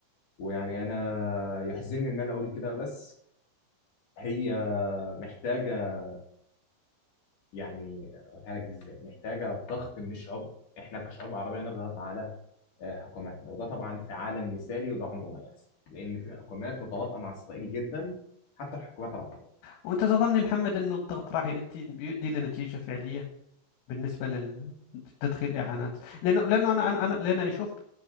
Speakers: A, on the left (about 45°); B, on the left (about 85°).
A: ويعني انا يحزنني ان انا اقول كده بس هي محتاجه يعني اقولها لك ازاي محتاجه ضغط من الشعوب احنا كشعوب عربيه نضغط على آه، حكوماتنا وده طبعا في عالم مثالي وده عمره ما يحصل لان في حكومات متواطئه مع اسرائيل جدا حتى الحكومات العربيه
B: وأنت تظني محمد أنه الضغط راح يؤدي يؤدي لنتيجة فعلية بالنسبة لل- لتدخيل إعانات لأنه لأنه أنا أنا أنا- لأن أشوف